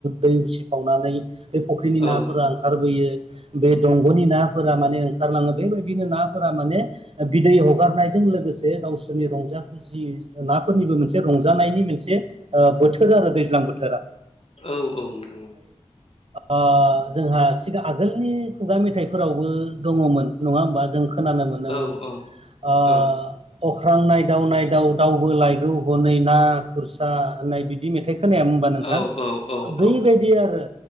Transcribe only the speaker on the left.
औ
औ औ नोंथां औ।
औ औ
औ
औ औ औ